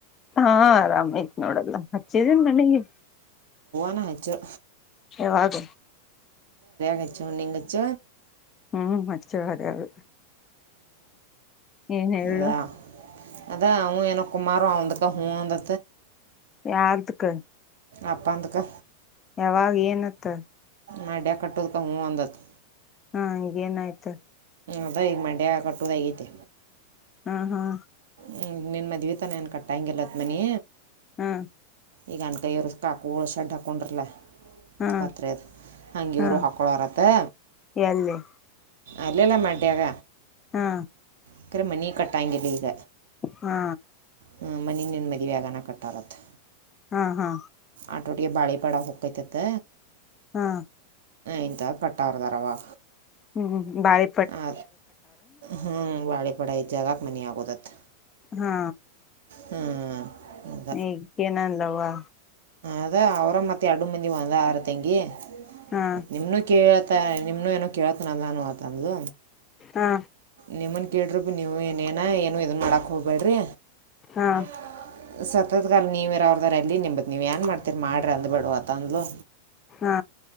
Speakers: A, on the left; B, on the right.
A: ಹಾ ಆರಾಮಾಯ್ತ್ ನೋಡ ಎಲ್ಲಾ ಹಚ್ಚಿದೀನ್ ಮನೆಗೆ
B: ನ ಹಚ್ಚಿಳ
A: ಯಾವಾಗ
B: ಕಚೋ ನೀಂಗಚ
A: ಹ್ಮ್ ಮಚ್ಚೆ ಅರದು ಏನ್ ಹೇಳು
B: ಅದಾ ಅದ ಅವನು ನ ಕುಮಾರು ಅವದಕ್ಕ ಹೂ ಅಂತ
A: ಯಾರದಕ್ಕ
B: ಅಪ್ಪಾ ಅಂದಕ
A: ಯಾವಾಗ ಏನತ್ತ
B: ಮಡ್ಯ ಕಟ್ಟೋದಕ ಹೂ ಅಂದತ್ತು
A: ಹಾ ಈಗೇನ್ ಆಯ್ತ
B: ಅದ ಈಗ ಮಂಡ್ಯ ಕಟ್ಟೋದಗೈತೆ
A: ಹ್ಮ ಹ್ಮ
B: ಹ್ಮ್ ನಿನ್ ಮದ್ ತಾನ ಏನ್ ಕಟ್ಟಾಂಗಗೆಲ್ಲತ್ ಮನಿ
A: ಹಾ
B: ಈಗ ಅನ್ ಕೈಯ ಅವರು ಕಾಕುಳ್ ಶಡ್ ಹಾಕೊಂಡ್ರಲಾ
A: ಹಾ
B: ಪತ್ ಅದ ಹಂಗ ಇವರು
A: ಹಾ
B: ಹೊಕ್ಕಳೋರತ್ತೆ
A: ಎಲ್ಲಿ
B: ಅಲ್ಲಲ್ಲ ಮಟ್ಯಾಗ
A: ಹಾ
B: ಅಕ್ಕರೆ ಮನೆ ಕಟ್ಟಾಯಂಗಿಲ್ಲ ಈಗ
A: ಹಾ
B: ಹಾಂ ಮನ ನೆನು ಮದುವೆ ಆಗಾನ ಕಟ್ಟಾರತ್ತೆ
A: ಹಾ ಹಾ
B: ಆಟೋಟಿಗೆ ಬಾಳಿಪಡ ಹೋಗಕ್ಕತತ್
A: ಹಾ
B: ಇಂತ ಕಟ್ಟರ್ದಾರವಾ
A: ಹ್ಮ್ ಬಳೆ
B: ಆ ಹ್ಞೂ ಬಾಳೆಪಡ ಜಾಗಕ್ಕೆ ಮನ ಆಗೋದತ್
A: ಹಾ
B: ಹ್ಮ್
A: ಹಗ್ಗೇನ ಅಂದವವಾ
B: ಅದ ಅವ್ರ ಮತ್ತೆ ಎರಡು ಮಂದಿ ಒಂದ ಆರು ತಂಗಿ
A: ಹಾ
B: ಮ ನಿಮ್ ಕೇೇಳತ ನಿಮ್ನು ಏನೋ ಕೇಳ್ತನಲ್ಲ ಅನೋ ಅತಂದು
A: ಹಾ
B: ನಿಮ್ಮನ್ ಕೇಳಿ ಬಿ ನೀವು ಏನೇನ ಏನು ಇದನ್ ಮಾಡಕ್ ಹೋಗ್ಬೇಡ್ರಿ
A: ಹಾ
B: ಹಾ ಸತತ್ಗಾಲ ನೀವು ಇರ ಅವ್ರದ್ದಾರ ಎಲ್ಲಿ ನಿಂಬದು ನೀವು ಏನು ಮಾಡ್ತೀರಿ ಮಾಡಿ ಅಂದ್ಬೇಡ ಅತಂದಲಲು
A: ಹಾ